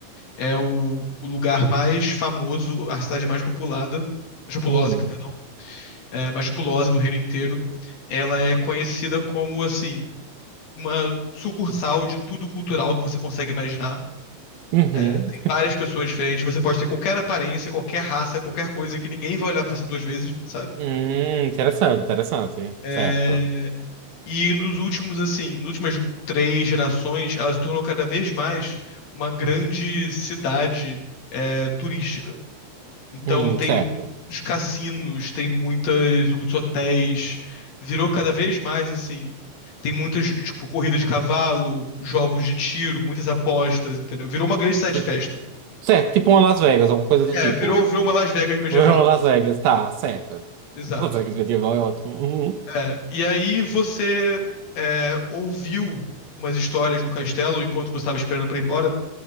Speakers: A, on the left; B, on the right.
A: É o, o lugar mais famoso, a cidade mais populada, populosa,
B: Uhum.
A: perdão é, mas tipulose do reino inteiro, ela é conhecida como, assim, uma sucursal de tudo cultural que você consegue imaginar.
B: Uhum.
A: É, tem várias pessoas diferentes, você pode ter qualquer aparência, qualquer raça, qualquer coisa que ninguém vai olhar pra você duas vezes, sabe?
B: Hum, interessante, interessante.
A: É,
B: Certo.
A: e nos últimos, assim, nas últimas três gerações, ela se tornou cada vez mais uma grande cidade, é, turística. Então
B: Hum,
A: tem
B: certo.
A: os cassinos, tem muitas, muitos hotéis. Virou cada vez mais assim. Tem muitas, tipo, corrida de cavalo, jogos de tiro, muitas apostas, entendeu? Virou uma grande cidade
B: C-
A: de festa.
B: Certo, tipo uma Las Vegas, alguma coisa do
A: É,
B: tipo.
A: virou, virou uma Las Vegas medieval.
B: Uma Las Vegas, tá, certo.
A: Exato.
B: Las Vegas medieval é ótimo. Uhum.
A: É, e aí você é, ouviu umas histórias no castelo, enquanto você estava esperando pra ir embora,